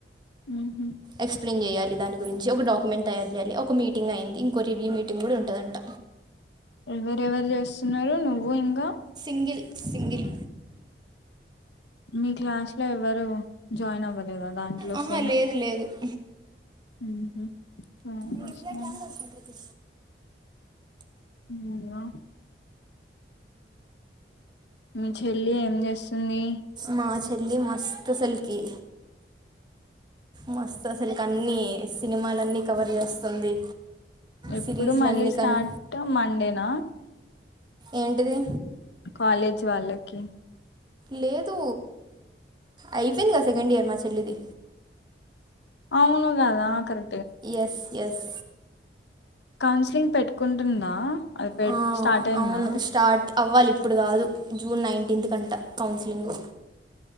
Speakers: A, on the left; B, on the right.
A: ఉహూ
B: ఎక్స్ప్లెయిన్ చేయాలి దాని గురించి ఒక డాక్యుమెంట్ తయారు చేయాలి ఒక మీటింగ్ అయ్యింది ఇంక రివ్యూ మీటింగ్ కూడా ఉంటదంట
A: ఎవరెవరు చేస్తున్నారు నువ్వు ఇంకా
B: సింగిల్ సింగిల్
A: మీ క్లాస్ లో ఎవ్వరు జాయిన్ అవ్వలేదా దాంట్లో
B: ఆహా
A: సేమ్
B: లేదు లేదు <inaudible>
A: ఉహు సరే
B: నీ ప్లేట్
A: సరే
B: ఏం చేస్తుంటది
A: అవునా మీ చెల్లి ఏం చేస్తుంది
B: మా చెల్లి మస్త అస్సలకి మస్తు అసలకి అన్ని సినిమాలన్నీ కవర్ చేస్తుంది
A: ఎప్పుడు
B: సిరీస్లు
A: మళ్ళీ
B: అన్నీ
A: స్టార్ట్
B: కన్
A: మండేన
B: ఏంటిది
A: కాలేజ్ వాళ్ళకి
B: లేదు అయిపోయింది కదా సెకండ్ ఇయర్ మా చెల్లిది
A: అవునుగద కరె
B: ఎస్ ఎస్
A: కౌన్సిలింగ్ పెట్టుకుంటుందా అది పె
B: ఆ
A: స్టార్ట్ అయ్యింద
B: అవును స్టార్ట్ అవ్వాలి ఇప్పుడు కాదు జూన్ నైన్టీన్త్ కంట కౌన్సిలింగు